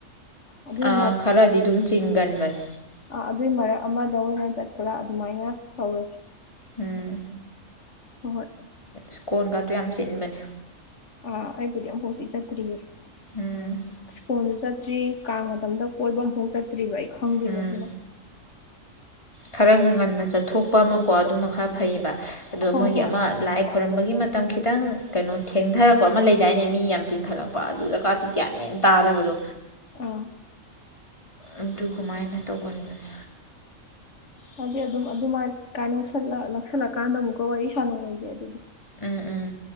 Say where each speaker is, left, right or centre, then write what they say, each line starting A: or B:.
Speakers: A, on the left (about 65°); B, on the left (about 25°).
A: ꯑꯗꯨꯏ
B: ꯑ ꯈꯔꯗꯤ ꯑꯗꯨꯝ ꯆꯤꯟꯒꯟꯕꯅꯤ
A: ꯑ ꯑꯗꯨꯏ ꯃꯔꯛ ꯑꯃꯗ ꯑꯣꯏꯅ ꯆꯠꯄ꯭ꯔꯥ ꯑꯗꯨꯃꯥꯏꯅ ꯇꯧꯔꯁꯤ
B: ꯎꯝ
A: ꯍꯣꯏ ꯍꯣꯏ
B: ꯁ꯭ꯀꯣꯟꯒꯇꯣ ꯌꯥꯝ ꯆꯤꯟꯕꯅꯦ
A: ꯑꯥ ꯑꯩꯕꯨꯗꯤ ꯑꯃꯝꯐꯥꯎꯗꯤꯤ ꯆꯠꯇ꯭ꯔꯤꯌꯦ
B: ꯎꯝ
A: ꯁ꯭ꯀꯨꯜꯗꯨ ꯆꯠꯇ꯭ꯔꯤ ꯀꯥꯡ ꯃꯇꯝꯗ ꯀꯣꯏꯕ ꯑꯃꯐꯥꯎ ꯆꯠꯇ꯭ꯔꯤꯕ ꯑꯩ ꯈꯪꯗꯦꯈꯤꯕ
B: ꯎꯝ
A: ꯑꯗꯨꯅ
B: ꯈꯔ ꯉꯟꯅ ꯆꯠꯊꯣꯛꯄ ꯑꯃꯀꯣ ꯑꯗꯨꯃ ꯈꯔ ꯐꯩꯌꯦꯕ ꯑꯗꯣ
A: ꯍꯣꯏ
B: ꯃꯣꯏꯒꯤ
A: ꯍꯣꯏ
B: ꯑꯃ ꯂꯥꯏ ꯈꯣꯏꯔꯝꯕꯒꯤ ꯃꯇꯝ ꯈꯤꯇꯪ ꯀꯩꯅꯣ ꯊꯦꯡꯊꯔꯛꯄ ꯑꯃ ꯂꯩꯗꯥꯏꯅꯦ ꯃꯤ ꯌꯥꯝ ꯇꯤꯡꯈꯠꯂꯛꯄ ꯑꯗꯨꯗꯀꯥ ꯒ꯭ꯌꯥꯟꯃꯦꯟ ꯇꯥꯗꯕꯗꯣ
A: ꯑ
B: ꯑꯗꯨꯒꯃꯥꯏꯅ ꯇꯧꯒꯟꯕꯅꯦ
A: ꯍꯥꯏꯗꯤ ꯑꯗꯨꯝ ꯑꯗꯨꯃꯥꯏ ꯀꯥꯏ ꯌꯂ ꯅ ꯂꯧꯁꯜꯂꯀꯥꯟꯗ ꯑꯃꯨꯛꯀ ꯋꯥꯔꯤ ꯁꯥꯟꯅꯔꯁꯦ ꯑꯗꯨꯗꯤ
B: ꯎꯝ ꯎꯝ